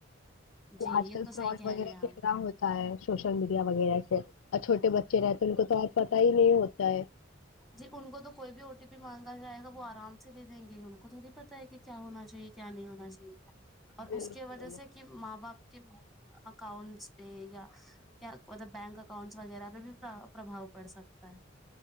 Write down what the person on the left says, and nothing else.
تو
آج کل فراڈ
وغیرہ
کتنا ہوتا ہے سوشل میڈیا وغیرہ سے اور چھوٹے بچے رہتے ہیں ان کو تو آ پت ہی نہیں ہوتا ہے
بالکل